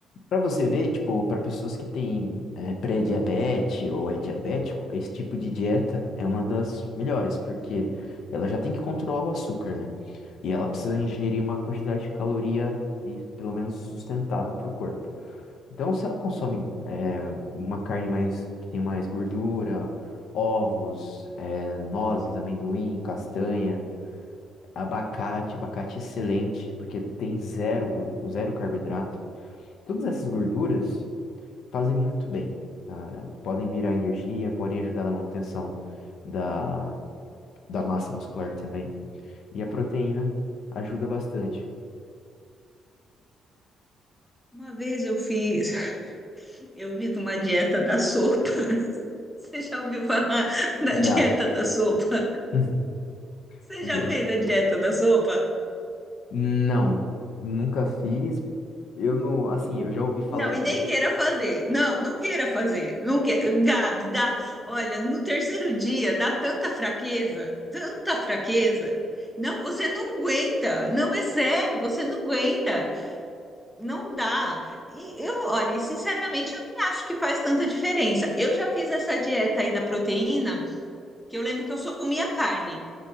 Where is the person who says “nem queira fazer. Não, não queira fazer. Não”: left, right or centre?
Centre